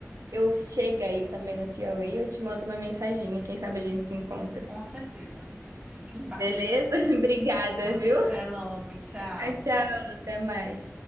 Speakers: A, on the right; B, on the right.
A: eu chegue aí também no Piauí, eu te mando uma mensaginha, quem sabe a gente se encontra.
B: Com certeza, amiga. Fique em paz.
A: Beleza? <laughs> Obrigada,
B: Ó, Até
A: viu?
B: logo, tchau.
A: Tchau, tchau, até mais.